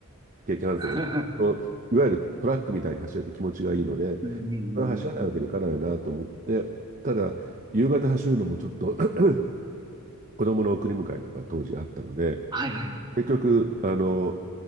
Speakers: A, on the right; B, on the right.
A: 経験あるとね、
B: <laughs>
A: そういわゆるトラックみたいに走ると気持ちがいいので、
B: うんうんうん
A: 走らないわけにいかないなと思って、
B: うん。
A: ただ、夕方走るのもちょっと <clears throat> 子供の送り迎えとか当時あったので
B: はいはい。
A: 結局あの